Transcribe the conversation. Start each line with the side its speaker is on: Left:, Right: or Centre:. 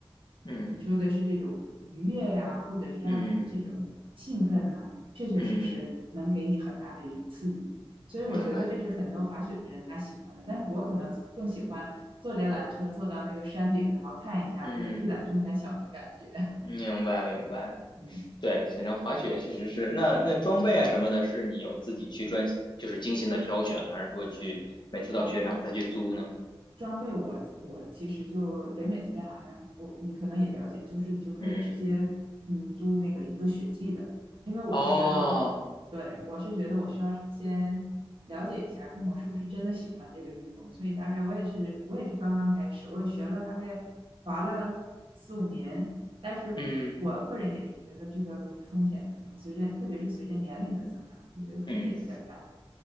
Left: 嗯
Right: 你说的是这种愉悦呀、或者是让你的这种兴奋啊，
Left: 嗯
Right: 确确实实能给你很大的一种刺激。
Left: 嗯嗯，
Right: 所以我觉得这是很多滑雪的人他喜欢的，
Left: 明白，
Right: 但是我可能更喜欢坐着缆车坐到那个山顶，然后看一下这个一览众山小的感觉，
Left: 嗯明白明白。
Right: <laughs> 嗯。
Left: 对，雪择滑雪确实是。那那装备啊什么的，是你有自己去专，就是精心的挑选，还是说去每次到雪场再去租呢？
Right: 装装备我，我其实就北美这边好像我你可能也了解，就是你就可以直接嗯租那个一个雪季的，
Left: 嗯，
Right: 因为我是觉得，
Left: 哦，
Right: 哦对，我是觉得我需要先了解一下，看看我是不是真的喜欢这个运动，所以大概我也是我也是刚刚开始，我也学了大概滑了四五年，但是我个人也是觉得这个东西风险可能随着特别是随着年龄的增长，
Left: 嗯
Right: 我觉得风险有点儿大，
Left: 嗯